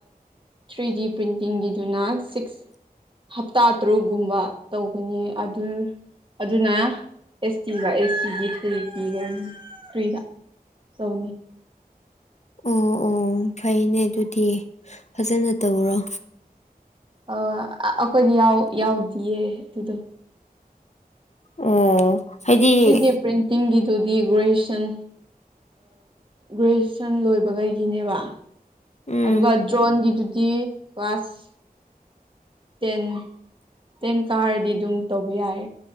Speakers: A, on the right; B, on the left.
A: three D ꯄ꯭ꯔꯤꯟꯇꯤꯡꯒꯤꯗꯨꯅ six ꯍꯞꯇꯥ ꯇꯔꯨꯛꯀꯨꯝꯕ ꯇꯧꯒꯅꯤ ꯑꯗꯨ ꯑꯗꯨꯅ ꯑꯦꯁ ꯇꯤꯒ ꯑꯦꯁ ꯇꯤꯒꯤ ꯊ꯭ꯔꯤ ꯄꯤ ꯐ꯭ꯔꯤꯗ ꯇꯧꯅꯤ
B: ꯑꯣ ꯑꯣ ꯐꯩꯅꯦ ꯑꯗꯨꯗꯤ ꯐꯖꯅ ꯇꯧꯔꯣ
A: ꯑ ꯑꯩꯈꯣꯏꯗꯤ ꯌꯥꯎꯗꯌꯦ ꯑꯗꯨꯗꯣ
B: ꯑꯣ ꯍꯥꯏꯗꯤ
A: ꯊ꯭ꯔꯤ ꯗꯤ ꯄ꯭ꯔꯤꯟꯇꯤꯡꯒꯤꯗꯨ ꯗꯤ ꯒ꯭ꯔꯦꯖꯨꯑꯦꯁꯟ ꯒ꯭ꯔꯦꯖꯨꯑꯦꯁꯟ ꯂꯣꯏꯕꯈꯩꯒꯤꯅꯦꯕ
B: ꯎꯝ
A: ꯑꯗꯨꯒ ꯗ꯭ꯔꯣꯟꯒꯤꯗꯨꯗꯤ ꯀ꯭ꯂꯥꯁ ꯇꯦꯟ ꯇꯦꯟ ꯀꯥꯔꯗꯤ ꯑꯗꯨꯝ ꯇꯧꯕ ꯌꯥꯏ